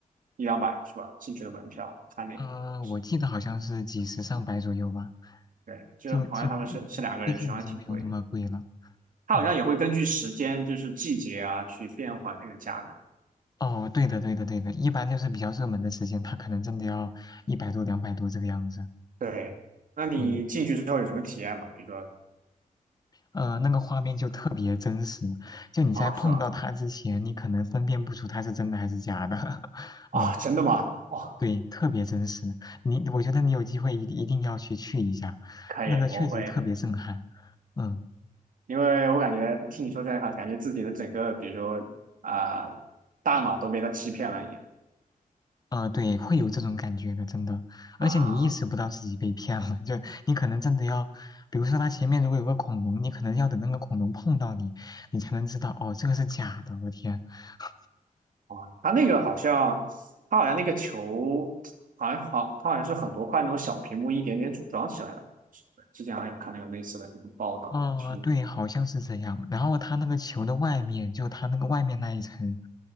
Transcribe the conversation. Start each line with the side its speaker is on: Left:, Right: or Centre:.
Right: 一两百是吧？进去的门票看那个东西，
Left: 呃，我记得好像是几十上百左右吧，
Right: 对，就是朋友他们是是两个人去，
Left: 就就已最近已经没有那么贵了。
Right: 好像挺贵。它好像也会根据时间，
Left: 嗯，
Right: 就是季节啊，去变换那个价格。
Left: 哦，对的对的对的，一般就是比较热门的时间，它可能真的要一百多两百多这个样子。
Right: 对，那你进去之后有什么体验吗？
Left: 嗯。
Right: 比如说，
Left: 呃，那个画面就特别真实，就你在碰到它之前，
Right: 啊，是吧？
Left: 你可能分辨不出它是真的还是假的。<laughs>
Right: 哦，
Left: 嗯，
Right: 真的吗？哦，
Left: 对，特别真实。你，我觉得你有机会一一定要去去一下，
Right: 可以，
Left: 那个确实特别震撼。
Right: 我会的，
Left: 嗯，
Right: 因为我感觉听你说这一话，感觉自己的整个，比如说啊、大脑都被他欺骗了一样
Left: 啊、对，会有这种感觉的，真的。而且你意识不到自己被骗了，
Right: 啊。
Left: 就你可能真的要，比如说它前面如果有个恐龙，你可能要等那个恐龙碰到你，你才能知道，哦，这个是假的，我天。<laughs>
Right: 哦，他那个好像，他好像那个球，好像好，他好像是很多块那种小屏幕一点点组装起来的。之前好像有看那个类似的什么报道啊，
Left: 啊、
Right: 去，
Left: 对，好像是这样。然后它那个球的外面，就它那个外面那一层，